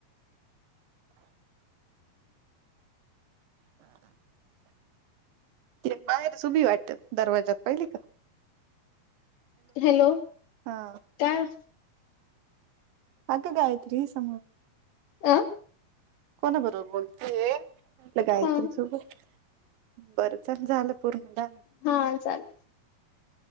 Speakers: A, on the right; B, on the left.
A: हा <inaudible> बाहेरच उभी आहे वाटत दरवाज्यात पहिली का?
B: हॅलो,
A: हा
B: काय?
A: आग गायत्री आहे समोर.
B: अ..
A: कोणा बरोबर बोलतेय? आपल्या गायत्री
B: हा
A: सोबत. बर चल झालं पूर्ण दा
B: हा चाल